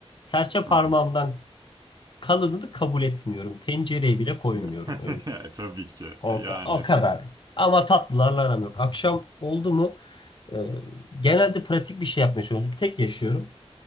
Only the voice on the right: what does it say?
Hı hı.
<laughs>
Ya, Tabii ki.
Yani.